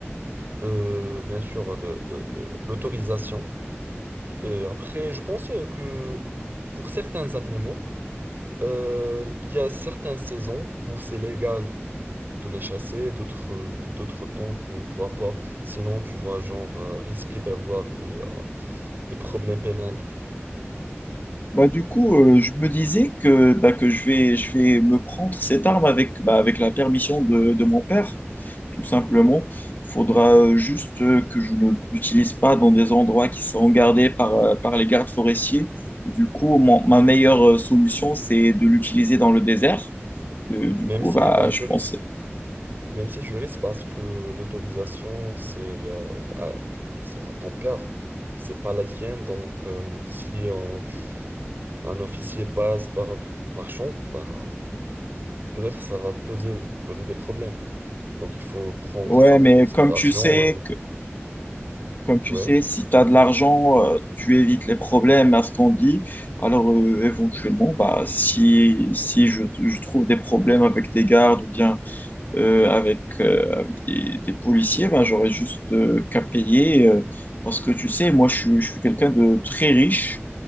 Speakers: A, on the right (about 50°); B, on the left (about 45°).
A: euh, bien sûr le- le- le- l'autorisation. Et après, je pense que pour certains animaux, Euh, Il y a certaines saisons où c'est légal de les chasser, d'autres euh, d'autres temps tu ne pourras pas, sinon tu vas genre euh, risquer d'avoir des, euh, des problèmes pénals.
B: Bah, du coup, euh, je me disais que, bah, que je vais, je vais me prendre cette arme avec, bah, avec la permission de, de mon père, tout simplement. Faudra euh, juste euh, que je ne l'utilise pas dans des endroits qui sont gardés par, euh, par les gardes forestiers. Du coup, mon- ma meilleure euh, solution, c'est de l'utiliser dans le désert. Euh, du
A: Même
B: coup,
A: si
B: bah,
A: eh ben
B: je
A: tu risques,
B: pensais.
A: même si tu risques parce que l'autorisation c'est euh, à, c'est à ton père, c'est pas la tienne, donc euh, si euh, un officier passe par, par chance, ben, peut-être ça va te poser, poser des problèmes. Donc il faut prendre
B: Ouais,
A: ça en
B: mais
A: considération.
B: comme tu sais,
A: euh,
B: Comme tu
A: Ouais.
B: sais, si tu as de l'argent, euh, tu évites les problèmes à ce qu'on dit. Alors, euh, éventuellement, bah, si, si je, je trouve des problèmes avec des gardes ou bien euh, avec, euh, avec des, des policiers, bah, j'aurais juste euh, qu'à payer. euh, parce que tu sais, moi, je, suis- je suis quelqu'un de très riche.